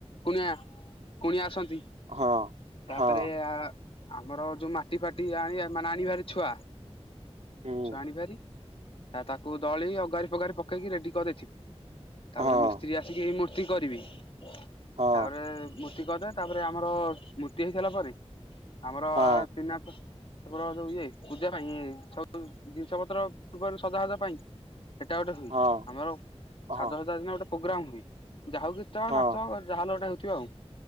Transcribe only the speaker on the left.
କୁଣିଆ କୁଣିଆ ଆସନ୍ତି
ତାପରେ
ଆ ଆମର ଯୋଉ ମାଟି ଫାଟି ଆଣିଆ ମାନେ ଆଣିବାରି ଛୁଆ
ଛୁଆଣିବାରି ଆ ତାକୁ ଦଳି ଅଗାରି ଫଗାରି ପକେଇକି ରେଡି କରିଦେଇଥିବୁ ତାପରେ
ମିସ୍ତ୍ରୀ ଆସିକି ଏଇ ମୂର୍ତ୍ତି କରିବି ତାପରେ
ମୂର୍ତ୍ତି କରିଦେ ତାପରେ ଆମର ମୂର୍ତ୍ତି ହେଇସାରିଲା ପରେ ଆମର
ଆ ତ୍ରୀନା ଆମର ଯଉ ଇଏ ପୂଜା ପାଇଁ ଇଏ ସବୁ ଜିନିଷ ପତ୍ର ପୂର୍ବରୁ ସଜା ସଜ ପାଇଁ ସେଇଟା ଗୋଟେ ହୁଏ
ଆମର
ସାଜ ସଜା ଦିନ ଗୋଟେ ପୋଗ୍ରାମ ହୁଏ ଯାହା ହୁ ଗୀତ
ନା ଚ ଯାହାଲ ଗଟେ ହଉଥିବ ଆଉ